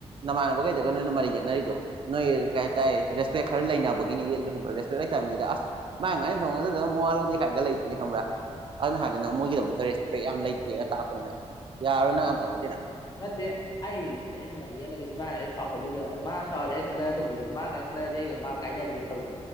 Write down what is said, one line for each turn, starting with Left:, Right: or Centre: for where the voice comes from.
Right: ꯅꯃꯥꯟꯅꯕꯈꯩꯗꯒ ꯅꯣꯏꯅ ꯃꯔꯩ ꯌꯦꯠꯅꯔꯤꯗꯣ ꯅꯣꯏ ꯀꯩ ꯍꯥꯏꯇꯥꯔꯦ ꯔꯦꯁꯄꯦꯛ ꯈꯔ ꯂꯩꯅꯕꯒꯤꯅꯤ ꯌꯦꯜꯂꯤꯗ‌ꯣ ꯈꯪꯕ꯭ꯔꯥ ꯔꯦꯁꯄꯦꯛ ꯂꯩꯇꯕ ꯃꯤꯗ ꯑꯁ ꯃꯥꯏ ꯉꯥꯡꯉꯤ ꯊꯣꯡꯉ‌ꯣꯏ <unintelligible> ꯅ ꯃꯋꯥ ꯂꯧꯗꯦ ꯀꯥꯏꯅꯒ ꯂꯩꯗꯨꯅꯤ ꯈꯪꯕ꯭ꯔꯥ ꯑꯗꯨꯅ ꯍꯥꯏꯕꯗꯤ ꯅꯪ ꯃꯣꯏꯒꯤꯗꯃꯛꯇ ꯔꯦꯁꯄꯦꯛ ꯌꯥꯝ ꯂꯩꯇꯦꯅ ꯇꯥꯛꯄꯅꯤ ꯅꯪ ꯌꯥꯔꯔꯣꯏ ꯅꯪ ꯌꯥꯝ ꯆꯥꯎꯈꯠꯇꯦ ꯅꯪ
Left: ꯅꯠꯇꯦ ꯑꯩꯒꯤꯅꯨꯄꯤꯗꯥ ꯑꯩꯅ ꯃꯔꯩ ꯌꯦꯠꯂꯒꯗꯤ ꯃꯥꯅ ꯑꯩ ꯁꯥꯎꯔꯛꯀꯥꯅꯤꯗꯅ ꯃꯥ ꯁꯥꯎꯔꯗꯤ ꯑꯩ ꯈꯠꯅꯔꯛꯀꯅꯤꯗ ꯃꯥꯒ ꯑꯩ ꯈꯠꯅꯔꯗꯤ ꯑꯩꯒꯥ ꯃꯒꯥ ꯀꯥꯏꯅꯥ ꯗꯨꯏꯔ ꯇꯧꯔꯤ